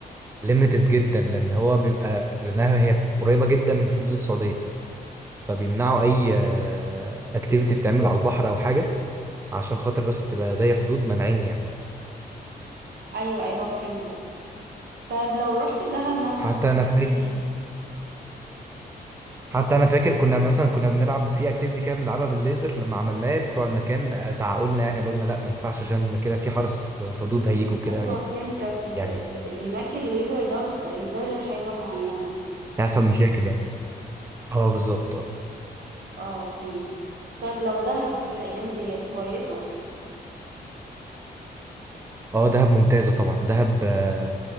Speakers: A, on the right; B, on the right.
A: ليميتد جدا لان هو بيبقى لانها هي قريبة جدا من حدود السعودية فبيمنعوا اي اكتيفيتي تتعمل على البحر او حاجة عشان خاطر بس بتبقى زي حدود مانعين يعني
B: ايوه ايوه فهمتك طيب لو رحت دهب مثلا
A: حتى انا فاكر
B: هي ايه
A: حتى انا فاكر كنا مثلا كنا بنلعب في اكتيفيتي كده بنلعبها بالليزر لما عملناه بتوع المكان آه، زعقوا لنا يعني قالوا لنا لا ما ينفعش عشان كده في حرس حدود هيجوا كده
B: ايوه فهمتك ال
A: يعني
B: ال اللي هناك الليزر ده بيبقى انذار لحاجه معينه
A: هيحصل مشاكل يعني اه بالظبط اه
B: اه فهمت طيب لو دهب في الايام ديت كويسه
A: اه دهب ممتازة طبعا دهب آه،